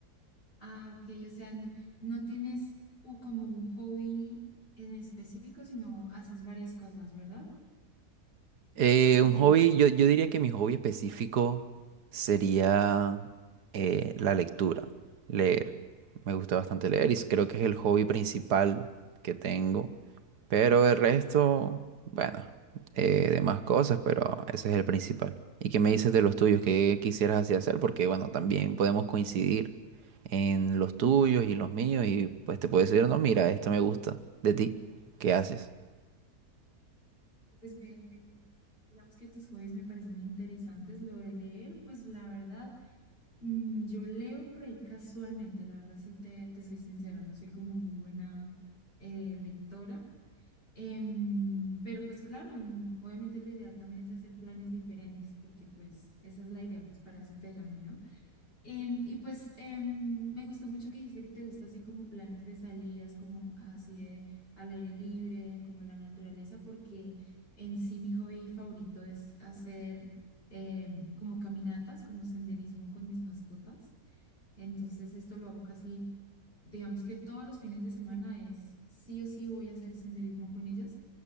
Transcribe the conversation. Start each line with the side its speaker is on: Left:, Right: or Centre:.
Left: Ah, ok, o sea, no, no tienes u- como un hobby en específico, sino haces varias cosas, ¿verdad?
Right: Eh,
Left: Mm.
Right: un hobby, yo, yo diría que mi hobby específico sería eh, la lectura, leer. Me gusta bastante leer y creo que es el hobby principal que tengo. Pero el resto, bueno, eh, demás cosas, pero ese es el principal. ¿Y qué me dices de los tuyos? ¿Qué quisieras así hacer? Porque, bueno, también podemos coincidir en los tuyos y los míos y pues te puedo decir, no, mira, esto me gusta de ti. ¿Qué haces?
Left: Pues me, me- digamos que tus hobbies me parecen interesantes. Lo de leer, pues la verdad, mm, yo leo por ahí casualmente, la verdad, sí te, te soy sincera, no soy como muy buena eh, lectora. Em, pero pues claro, en- obviamente lo ideal también es hacer planes diferentes, porque pues esa es la idea, pues para eso te llamé, ¿no? Em, y pues em, me gustó mucho que dijiste que te gusta así como planes de salidas, como así de al aire libre, como en la naturaleza, porque en sí mi hobby favorito es hacer em, como caminatas, como senderismo con mis mascotas. Entonces esto lo hago casi, digamos que todos los fines de semana es sí o sí voy a hacer senderismo con ellas